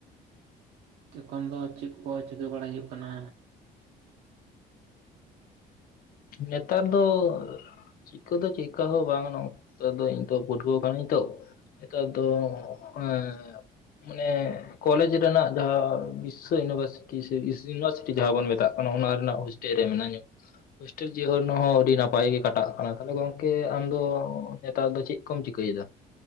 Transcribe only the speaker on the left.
ᱱᱮᱛᱟᱨ ᱫᱚ ᱪᱮᱫᱠᱟᱹ ᱫᱚ ᱪᱮᱫᱠᱟ ᱦᱚᱸ ᱵᱟᱝ ᱱᱟᱝᱠᱟ ᱫᱚ ᱤᱧᱚ ᱫᱚ ᱯᱟᱹᱴᱷᱩᱣᱟᱹ ᱠᱟᱹᱱᱟᱹᱧ ᱛᱚ ᱱᱮᱛᱟᱨ ᱫᱚ ᱮᱻ ᱢᱟᱱᱮ ᱠᱚᱞᱮᱡᱽ ᱨᱮᱱᱟᱜ ᱡᱟᱦᱟᱸ ᱵᱤᱥᱥᱚ ᱤᱭᱩᱱᱤᱵᱷᱟᱨᱥᱤᱴᱤ ᱥᱮ ᱤᱥ ᱤᱭᱩᱱᱤᱵᱷᱟᱨᱥᱤᱴᱤ ᱡᱟᱦᱟᱸ ᱵᱚᱱ ᱢᱮᱛᱟᱜ ᱠᱟᱱᱟ ᱚᱱᱟ ᱨᱮᱱᱟᱜ <unintelligible> ᱨᱮ ᱢᱮᱱᱟᱧᱟ ᱦᱳᱥᱴᱮᱞ ᱡᱤᱭᱚᱱ ᱦᱚᱸ ᱟᱹᱰᱤ ᱱᱟᱯᱟᱭ ᱜᱮ ᱠᱟᱴᱟᱜ ᱠᱟᱱᱟ ᱛᱟᱦᱚᱞᱮ ᱜᱚᱝᱠᱮ ᱟᱢᱫᱚ ᱱᱮᱛᱟᱨ ᱫᱚ ᱪᱮᱫ ᱪᱮᱫ ᱠᱚᱢ ᱪᱤᱠᱟᱹᱭ ᱫᱟ,